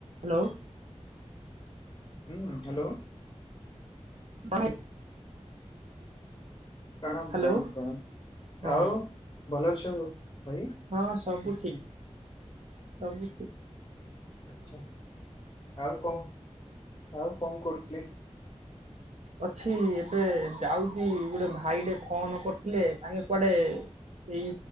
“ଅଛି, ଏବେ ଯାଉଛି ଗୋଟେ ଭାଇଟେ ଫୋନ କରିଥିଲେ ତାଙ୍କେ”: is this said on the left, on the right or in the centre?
Right